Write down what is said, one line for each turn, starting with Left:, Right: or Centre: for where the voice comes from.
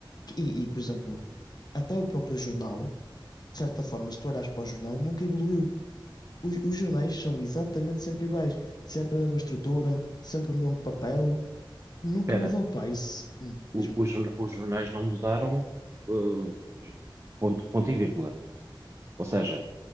Left: E, e, por exemplo, até o próprio jornal, de certa forma, se tu olhares para o jornal, nunca evoluiu. Os, os jornais são exatamente sempre iguais, sempre a mesma estrutura, sempre o mesmo papel, nunca
Right: Espera,
Left: mudou, pá. Isso, hum,
Right: o-
Left: diz-me.
Right: os jorna- os jornais não mudaram, uh, ponto, ponto e vírgula. Ou seja,